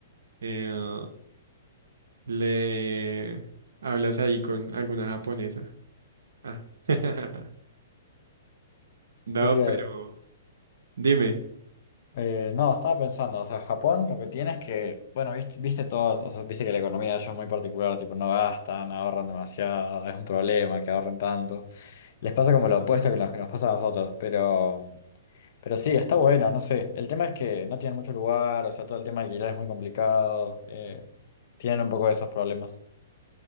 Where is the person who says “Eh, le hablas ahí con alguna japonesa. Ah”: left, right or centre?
Right